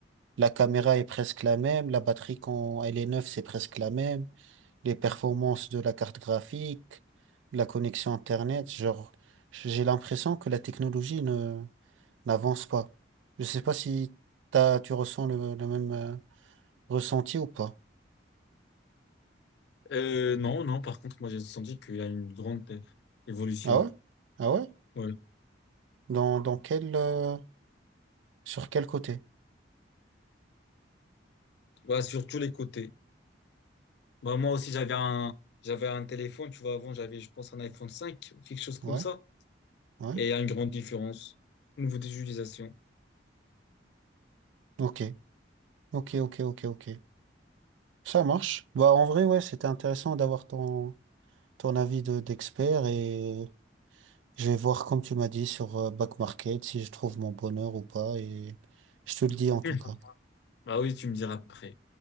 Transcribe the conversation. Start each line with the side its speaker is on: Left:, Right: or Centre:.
Right: La caméra est presque la même, la batterie quand elle est neuve, c'est presque la même, les performances de la carte graphique, la connexion Internet, genre, j'ai l'impression que la technologie ne, n'avance pas. Je sais pas si t'as, tu ressens le, le même euh, ressenti ou pas.
Left: Euh, non, non, par contre, moi, j'ai senti qu'il y a une grande euh, évolution.
Right: Ah ouais? Ah ouais?
Left: Ouais.
Right: Dans, dans quel, euh, sur quel côté?
Left: Voilà, sur tous les côtés. Bah, moi aussi, j'avais un, j'avais un téléphone, tu vois, avant, j'avais, je pense, un iPhone 5, quelque chose comme
Right: Ouais,
Left: ça.
Right: ouais.
Left: Et il y a une grande différence au niveau des utilisations.
Right: Ok, ok, ok, ok, ok. Ça marche. Bah, en vrai, ouais, c'était intéressant d'avoir ton, ton avis de, d'expert et je vais voir, comme tu m'as dit, sur euh, Back Market si je trouve mon bonheur ou pas et je te le dis en tout
Left: <laughs>
Right: cas.
Left: Bah oui, tu me diras après.